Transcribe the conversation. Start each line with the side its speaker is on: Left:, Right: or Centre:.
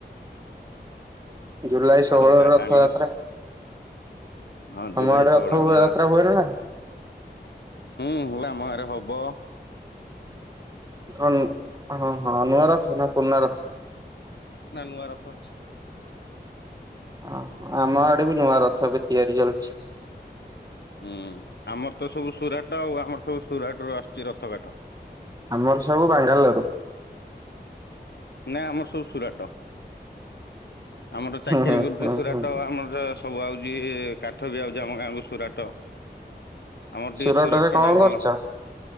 Right: ଜୁଲାଇ ଷୋହଳ
Left: ଆସ ଡାଟା
Right: ରେ ରଥଯାତ୍ରା।
Left: ଆଣିବା ହଁ
Right: ତମ
Left: ଜୁଲାଇ
Right: ଆଡେ
Left: ଷୋହଳ
Right: ରଥ
Left: ର ମୁଁ
Right: ଯାତ୍ରା
Left: ଆ
Right: ହୁଏ ନା
Left: ହୁଁ ହୁଏ ଆମ ଗାଁ ରେ ହବ।
Right: ହ ହଁ ହଁ ନୂଆ ରଥ ନା ପୁରୁଣା ରଥ?
Left: ନାଁ ନୂଆ ରଥ।
Right: ଓ ହୋ ଆମ ଆଡେ ବି ନୂଆ ରଥ ଏବେ ତିଆରି ଚାଲୁଛି।
Left: ହୁଁ ଆମର ତ ସବୁ ସୁରାଟ ଆଉ ଆମର ସବୁ ସୁରାଟରୁ ଆସିଛି ରଥ କାଠ।
Right: ଆମର ସବୁ ବାଙ୍ଗାଲୋରୁ।
Left: ନାଇ ଆମର ସବୁ ସୁରାଟ। ଆମର ଚାକିରୀ
Right: ହୁଁ ହୁଁ
Left: କରୁଛ
Right: ହୁଁ
Left: ସୁରାଟ
Right: ହୁଁ
Left: ଆମର ସବୁ ଆଉଛି କାଠ ବି ଆଉଛି ଆମ ଗାଁକୁ ସୁରାଟ। ଆମର
Right: ସୁରଟରେ
Left: ଟିକେ ସୁରାଟ
Right: କଣ
Left: ଟା ଭଲ
Right: କରୁଛ?